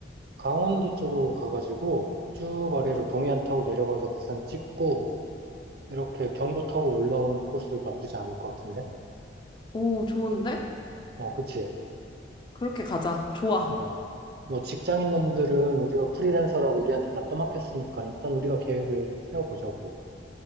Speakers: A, on the right; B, on the left.
A: 강원도 쪽으로 가가지고 쭉 아래로 동해안 타고 내려가서 부산 찍고 이렇게 경부 타고 올라오는 코스도 나쁘지 않을 것 같은데?
B: 오, 좋은데?
A: 어, 그치?
B: 그렇게 가자. 좋아.
A: 어, 뭐 직장인 놈들은 우리가 프리랜서라고 우리한테 다 떠맡겼으니까 일단 우리가 계획을 세워보자고.